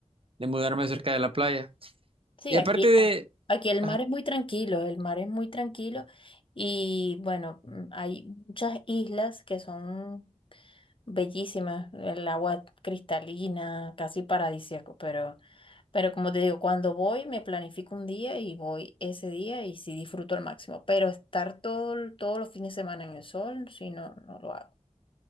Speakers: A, on the right (about 45°); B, on the left (about 45°).
A: de mudarme cerca de la playa.
B: Sí,
A: Y
B: aquí,
A: aparte de,
B: aquí el mar
A: ajá,
B: es muy tranquilo, el mar es muy tranquilo y bueno, mm, hay muchas islas que son bellísima, el agua cristalina, casi paradisíaco, pero, pero como te digo, cuando voy me planifico un día y voy ese día y sí disfruto al máximo, pero estar todo, el- todos los fines de semana en el sol, sí, no, no lo hago.